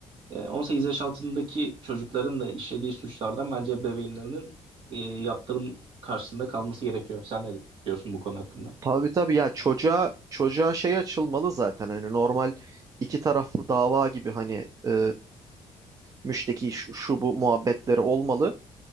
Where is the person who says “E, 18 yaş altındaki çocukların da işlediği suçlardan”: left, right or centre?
Right